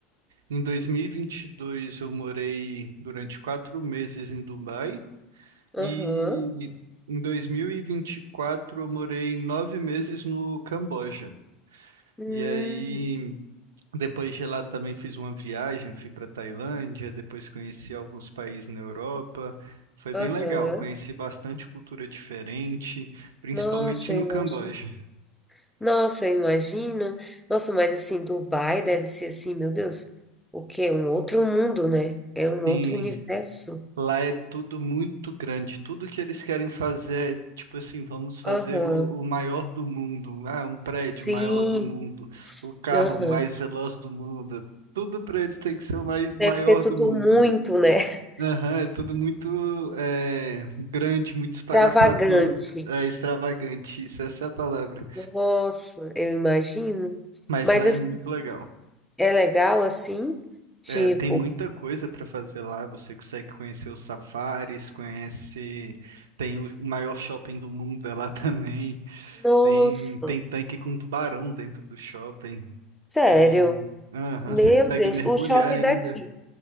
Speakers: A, on the right (about 85°); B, in the centre.
A: em 2022, eu morei durante quatro meses em Dubai
B: Aham.
A: e em 2024 eu morei nove meses no Camboja.
B: Hum.
A: E aí Depois de lá também fiz uma viagem, fui para Tailândia, depois conheci alguns países na Europa. Foi
B: Aham.
A: bem legal, conheci bastante cultura diferente, principalmente
B: Nossa,
A: no
B: eu imagino.
A: Camboja.
B: Nossa, eu imagino. Nossa, mas assim, Dubai deve ser assim, meu Deus. O quê? Um outro mundo, né? É um outro
A: Sim,
B: universo.
A: lá é tudo muito grande. Tudo que eles querem fazer é tipo assim, vamos fazer
B: Aham.
A: o, o maior do mundo. Ah, um prédio
B: Sim.
A: maior do mundo, o carro
B: Aham.
A: mais veloz do mundo. Tudo para eles tem que ser o mai- maior
B: Deve ser tudo
A: do mundo.
B: muito, né?
A: Aham, é tudo muito é, grande, muito
B: <laughs>
A: espalhafatoso,
B: Extravagante.
A: é, extravagante, isso, essa é a palavra.
B: Nossa, eu imagino.
A: Mas
B: Mas
A: lá
B: assim,
A: é muito legal.
B: é legal assim? Tipo,
A: É, tem muita coisa para fazer lá, você consegue conhecer os safaris, conhece, tem o maior shopping do mundo é lá <laughs> também,
B: nossa,
A: tem, tem tanque com tubarão dentro do shopping,
B: sério.
A: tem... Aham,
B: Meu
A: você consegue
B: Deus,
A: mergulhar
B: o shopping
A: ainda.
B: daqui.